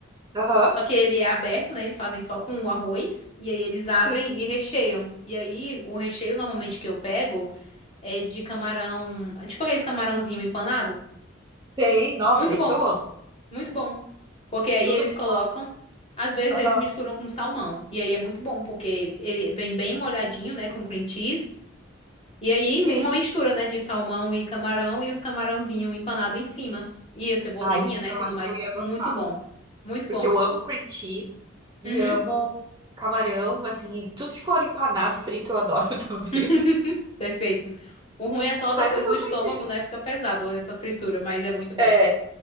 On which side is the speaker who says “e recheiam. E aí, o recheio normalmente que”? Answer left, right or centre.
Left